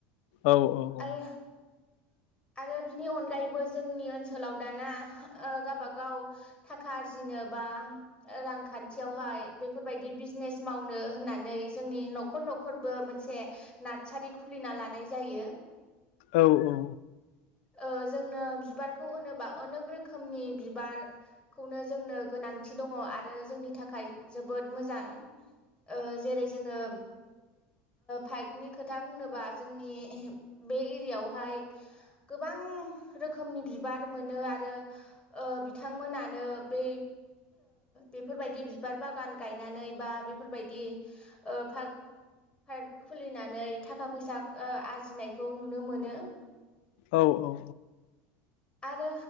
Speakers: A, on the left; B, on the left.
A: औ-औ-औ।
B: आरो आरो बिनि अनगायैबो जोंनि ओनसोलाव दाना ओ गावबागाव थाखा आरजिनो बा रांखान् खाथियावहाय बेफोरबायदि बिजनेस मावनो होननानै जोंनि न'खर न'खरबो मोनसे नारसारि खुलिना लानाय जायो।
A: औ-औ-औ।
B: ओ जोंनो बिबारखौ होनोबा अनेक रोखोमनि बिबारखौनो जोंनो गोनांथि दङ आरो जोंनि थाखाय जोबोद मोजां ओ जेरै जोङो पाइकनि खोथा बुंनोबा जोंनि बे एरियायावहाय गोबां रोखोमनि बिबार मोनो आरो ओ बिथांमोनानो बै बेफोरबायदि बिबार बागान गायनानै बा बेफोरबायदि पार्क पार्क खुलिनानै थाखा फैसा आरजिनायखौ नुनो मोनो।
A: औ औ औ
B: आरो